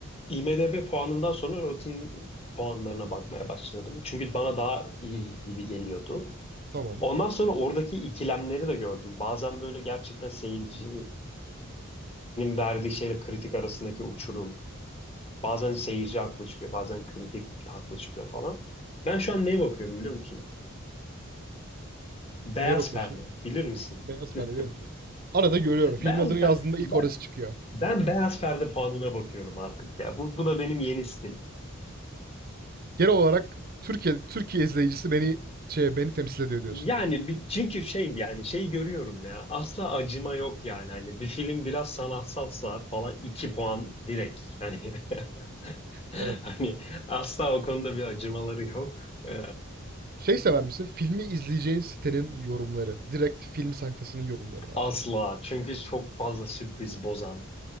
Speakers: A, on the left (about 30°); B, on the right (about 45°).
A: IMDb puanından sonra Rotten puanlarına bakmaya başladım. Çünkü bana daha iyi gibi geliyordu.
B: Tamam.
A: Ondan sonra oradaki ikilemleri de gördüm. Bazen böyle gerçekten seyircinin verdiği şeyle kritik arasındaki uçurum. Bazen seyirci haklı çıkıyor, bazen kritik haklı çıkıyor falan. Ben şu an neye bakıyorum biliyor musun? Beyaz
B: Neye bakıyorsun?
A: perde. Bilir misin?
B: Beyaz perde.
A: <laughs>
B: beyaz- perde. Arada görüyorum. Filmin
A: Beyaz
B: adını yazdığında
A: pe-
B: ilk
A: ben,
B: orası çıkıyor.
A: ben beyaz perde puanına bakıyorum artık ya. Bu, bu da benim yeni stilim.
B: Genel olarak Türkiye Türkiye izleyicisi beni şey beni temsil ediyor diyorsun.
A: Yani bir, çünkü şey yani şeyi görüyorum ya asla acıma yok yani hani bir film biraz sanatsalsa falan iki puan direkt yani <laughs>
B: Evet.
A: hani asla o konuda bir acımaları yok Ee,
B: Şey sever misin? Filmi izleyeceğin sitenin yorumları. Direkt film sayfasının yorumları da.
A: asla çünkü çok fazla sürpriz bozan